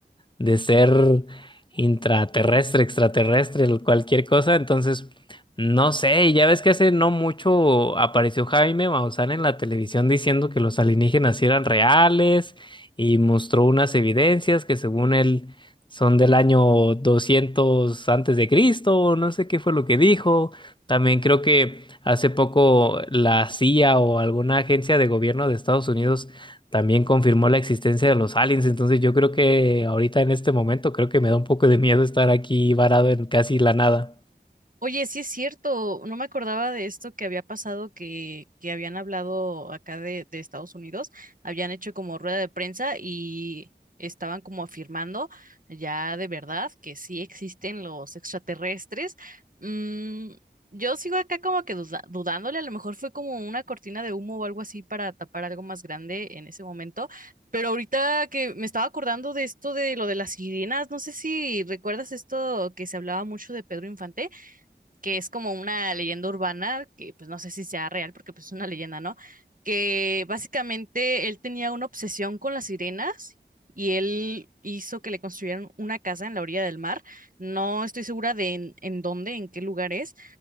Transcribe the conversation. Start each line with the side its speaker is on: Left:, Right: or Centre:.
Left: de ser intraterrestre, extraterrestre, cualquier cosa. Entonces, no sé, ya ves que hace no mucho apareció Jaime Maussan en la televisión diciendo que los alienígenas sí eran reales y mostró unas evidencias que según él son del año 200 antes de Cristo, o no sé qué fue lo que dijo. También creo que hace poco la CIA o alguna agencia de gobierno de Estados Unidos también confirmó la existencia de los aliens. Entonces yo creo que ahorita en este momento creo que me da un poco de miedo estar aquí varado en casi la nada.
Right: Oye, sí es cierto, no me acordaba de esto que había pasado, que, que habían hablado acá de, de Estados Unidos, habían hecho como rueda de prensa y estaban como afirmando ya de verdad que sí existen los extraterrestres. Mm, yo sigo acá como que duda- dudándole, a lo mejor fue como una cortina de humo o algo así para tapar algo más grande en ese momento, pero ahorita que me estaba acordando de esto de lo de las sirenas, no sé si recuerdas esto que se hablaba mucho de Pedro Infante que es como una leyenda urbana, que pues no sé si sea real porque pues es una leyenda, ¿no? Que básicamente él tenía una obsesión con las sirenas y él hizo que le construyeran una casa en la orilla del mar. No estoy segura de en, en dónde, en qué lugar es,